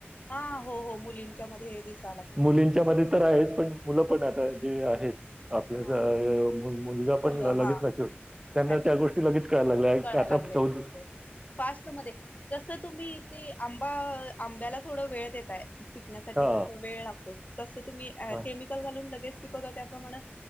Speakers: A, on the left (about 40°); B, on the right (about 15°).
A: हा हो हो मुलींच्या मध्ये हे दिसत.
B: मुलींच्या मध्ये तर आहेच. पण मुलं पण आता जे आहेत. आपल्या
A: हा हा
B: मुलगा
A: मुलं
B: पण लगेच
A: हा
B: मॅच्युरिटी त्यांना
A: मॅच
B: त्या गोष्टी लगेच कळायला लागल्या.
A: कळायला
B: आता
A: लागलेत
B: चौ-
A: हो हो फास्ट मध्ये, जसं तुम्ही ते आंबा आंब्याला थोड वेळ देताय. पिकण्यासाठी
B: हा
A: तस वेळ लागतो. तस तुम्ही
B: हा
A: केमिकल घालून लगेच पिकवता त्याप्रमाण